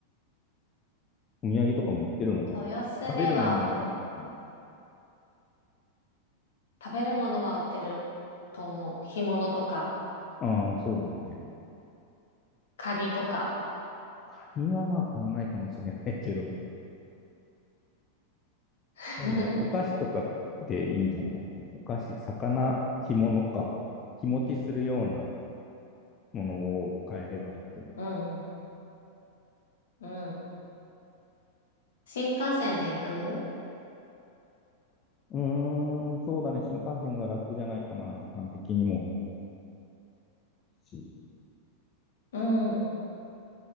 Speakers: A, on the left; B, on the left.
A: う。お土産とかも売ってるのかな食べるものになっちゃうかな
B: 豊洲では食べるものは売ってると思う。干物とか、
A: ああ、そうだよね。
B: カニとか。
A: カニはまあ買わないかもしれないけど、
B: <laughs>
A: でも、お菓子とかでいいんじゃないお菓子、魚、干物か。日持ちするようなものを買えればいいと
B: うん、うん、うん。新幹線で行く
A: 思う。うーん、そうだね。新幹線が楽じゃないかな、時間的にも。し、
B: うん。